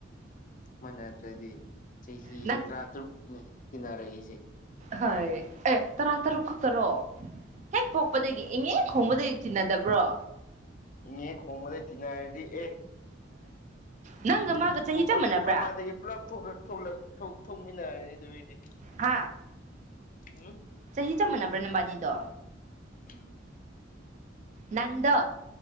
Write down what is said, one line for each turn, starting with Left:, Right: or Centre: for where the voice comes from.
Left: ꯃꯥꯅꯗ꯭ꯔꯗꯤ ꯆꯍꯤ
Right: ꯅꯪ
Left: ꯇ꯭ꯔꯥꯇ꯭ꯔꯨꯛꯅꯦ ꯇꯤꯟꯅꯔꯛꯏꯁꯦ
Right: ꯍꯥꯏ ꯑꯦ ꯇꯔꯥ ꯇꯔꯨꯛ ꯈꯛꯇꯔꯣ ꯍꯦꯛ ꯄꯣꯛꯄꯗꯒꯤ ꯏꯪꯉꯦ ꯈꯣꯡꯕꯗꯒꯤ ꯇꯤꯟꯅꯗꯕ꯭ꯔꯣ
Left: ꯏꯉꯦ ꯈꯣꯡꯕꯗꯒꯤ ꯇꯤꯟꯅꯔꯗꯤ ꯑꯦ
Right: ꯅꯪꯒ
Left: ꯄꯨꯛ
Right: ꯃꯥꯒ ꯆꯍꯤ
Left: ꯄꯨꯛ
Right: ꯆꯞ
Left: ꯑ
Right: ꯃꯥꯟꯅꯕ꯭ꯔꯥ
Left: ꯄꯨꯛ ꯑꯃꯗꯒꯤ ꯄꯨꯂꯞ ꯊꯣꯛꯂꯛ ꯊꯣꯛꯂꯛ ꯊꯣꯛ ꯊꯣꯛ ꯃꯤꯟꯅꯔꯅꯤ ꯗꯨꯏꯗꯤ
Right: ꯍꯥꯥ
Left: ꯎꯪ
Right: ꯆꯍꯤ ꯆꯞ ꯃꯥꯟꯅꯕ꯭ꯔꯥ ꯅꯕꯥꯅꯤꯗꯣ
Left: ꯎꯝ
Right: ꯅꯪꯗꯣ